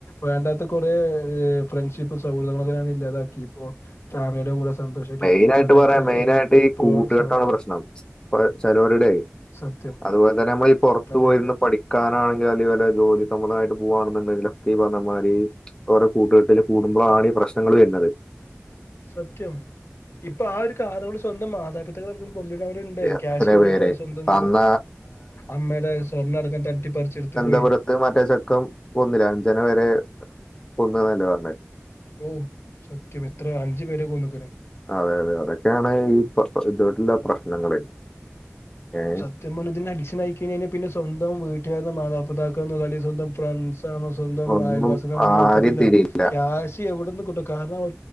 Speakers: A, on the left; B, on the left.
A: വേണ്ടാത്ത കുറെ ഏ ഫ്രണ്ട്ഷിപ്പ് സൗഹൃദങ്ങളെ താ <unintelligible> ക്കി ഇപ്പോ ഫാമിയുടെ കൂടെ സന്തോഷമായിട്ട്
B: മെയിനായിട്ട്
A: ഇരിക്കാണ് ഒരാഴ്ചയായിട്ട്
B: പറയാം മെയിനായിട്ട് ഈ
A: ഇപ്പോ
B: കൂട്ടുകേട്ടാണ്
A: സ-
B: പ്രശ്നം ഇപ്പ ചെലോരുടെയെ
A: സത്യം
B: അതുപോലെ തന്നെ നമ്മ ഈ പുറത്തു
A: അതെ
B: പോയിരുന്നു
A: അതെ
B: പഠിക്കാനാണെങ്കിൽ അല്ലെങ്കി വല്ല ജോലി സംമ്മതമായ - പോവാണന്ന് ഇണ്ടങ്കിലും ഈ പറന്ന മാതിരി ഓരോ കൂട്ടുകെട്ടില് കൂടുമ്പോഴാണ് ഈ പ്രശ്നങ്ങൾ വരുന്നത്
A: സത്യം ആണ് ഇപ്പൊ ആ ഒരു കാലു കൊണ്ട് സ്വന്തം മാതാപിതാക്കളെ കൊല്ല് - ണ്ട്
B: എത്ര
A: ക്യാഷിന വണ്ടി
B: പേര്
A: ഇപ്പോൊ സ്വന്തം
B: അന്ന
A: അമ്മയുടെ സ്വർണ്ണ അടക്കം തലറ്റിപ്പിച്ചെടുത്ത് പോയി
B: മപുരത്ത് മറ്റേ ചക്കം കൊന്നില്ല അഞ്ചന വരെ കൊന്ന എന്നല്ലേ പറഞ്ഞ
A: ഓ സത്യം എത്ര അഞ്ചു പേരെ കൊന്ന്
B: അതെ അതെ അതൊക്കെയാണ് ഈ ഇതുവട്ടുള്ള പ്രശ്നങ്ങള് ഏ
A: സത്യമോജൻ അഡിക്ഷൻ അയക്കഴിൽ പിന്നെ സ്വന്തം വീട്ടുകാരരു മാതാപിതാക്ക അല്ലെ സ്വന്തം ഫ്ര ണോ സ്വന്തം
B: ഒന്നും
A: അയൽവാസികൊന്നും
B: ആരെയും
A: നോക്കത്തില്ല
B: തിരിയില്ല
A: ക്യാഷ് എവിട ട്ട കാരണം അവ